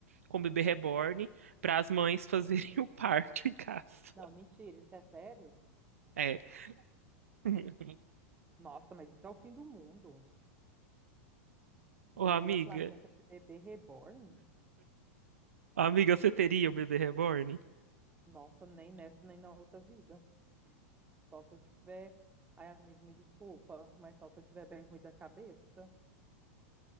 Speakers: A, on the right; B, on the right.
A: com bebê reborn
B: Nossa,
A: para as mães <laughs> fazerem o parto em casa.
B: não, mentira, isso é sério?
A: É. <laughs>
B: Nossa, mas isso é o fim do mundo. Vender
A: Ô, amiga,
B: a placenta de bebê reborn?
A: amiga, você teria um bebê reborn?
B: Nossa, nem nessa, nem na outra vida. Só se eu tiver. Ai, amigo, me desculpa, mas só se eu tiver bem ruim da cabeça.